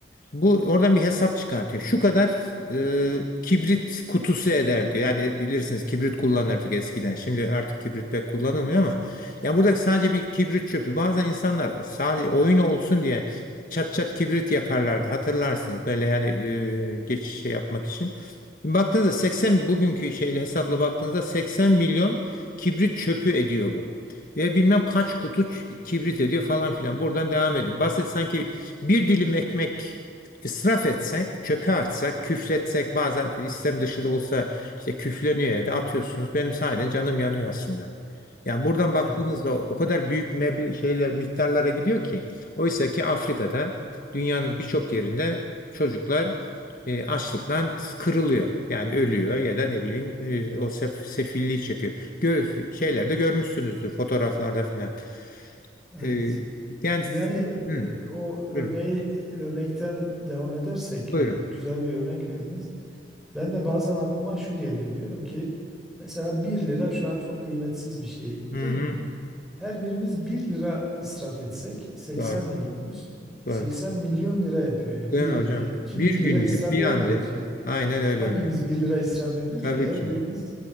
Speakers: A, on the left; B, in the centre.
A: bu oradan bir hesap çıkartıyor. Şu kadar e, kibrit kutusu eder diyor. Yani bilirsiniz kibrit kullanırdık eskiden. Şimdi artık kibrit pek kullanılmıyor ama ya buradaki sadece bir kibrit çöpü. Bazen insanlar o sadece oyun olsun diye çat çat kibrit yakarlardı. Hatırlarsınız böyle yani e, geçiş şey yapmak için. Şimdi baktığınızda 80 bugünkü şeyle hesapla baktığınızda 80 milyon kibrit çöpü ediyor bu. Ve bilmem kaç kutu ç- kibrit ediyor falan filan. Buradan devam edin. Basit sanki bir dilim ekmek İsraf etsek, çöpe atsak, küfletsek bazen istem dışı da olsa işte küfleniyor evde atıyorsunuz. Benim sahiden canım yanıyor aslında. Yani buradan baktığınızda
B: Evet.
A: o kadar büyük meble şeyler miktarlara gidiyor ki. Oysa ki Afrika'da dünyanın birçok yerinde çocuklar e, açlıktan kırılıyor. Yani ölüyor ya da ne bileyim e, o sef, sefilliği çekiyor. Gör, şeylerde görmüşsünüzdür fotoğraflarda filan.
B: Evet.
A: E, yani
B: Yani
A: hmm,
B: e, o örneği
A: buyurun.
B: e, örnekten devam edersek
A: Buyurun.
B: e, güzel bir örnek verdiniz. Ben de bazen aklıma şu geliyor diyorum ki mesela bir lira şu an çok kıymetsiz bir şey değil
A: Hı hı,
B: mi? Her birimiz bir lira israf etsek 80
A: doğru.
B: milyonuz. 80
A: Doğru.
B: milyon lira yapıyor
A: Değil
B: bir
A: mi
B: lira
A: hocam?
B: yani ki
A: Bir
B: bir lira
A: günde,
B: israf
A: bir
B: etmiyoruz
A: anda.
B: yani.
A: Aynen öyle
B: Hangimiz
A: hocam.
B: bir lira israf ediyoruz
A: Tabii
B: ki her
A: ki.
B: birimiz